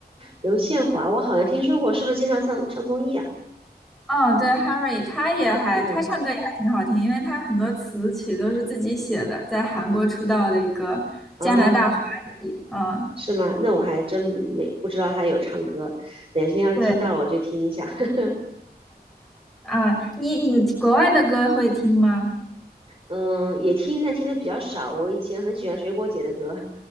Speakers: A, on the right; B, in the centre.
A: 刘宪华，我好像听说过，是不是经常上上综艺啊？
B: 嗯，对 h a r r y 他也还他唱歌也还挺好听，
A: 嗯。
B: 因为他很多词曲都是自己写的，在韩国出道的一个加拿大华裔。
A: 哦，
B: 嗯，
A: 是吗？那我还真没不知道他有唱歌，哪天要是听到我就听一下。
B: 对
A: <laughs>
B: 啊，你你国外的歌会听吗？
A: 嗯，也听，但听的比较少。我以前很喜欢水果姐的歌，